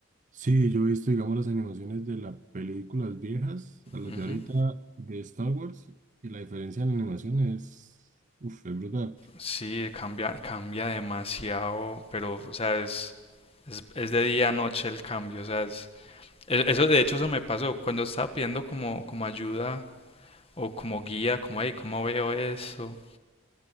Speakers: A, on the right; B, on the left.
A: Sí, yo he visto, digamos, las animaciones de las películas viejas a las
B: Ujú.
A: de ahorita de Star Wars y la diferencia en animación es, uf, es brutal.
B: Sí, cambia, cambia demasiado, pero, o sea, es, es, es de día a noche el cambio, o sea, es, e- eso de hecho eso me pasó cuando estaba pidiendo como, como ayuda o como guía, como, hey, ¿cómo veo eso?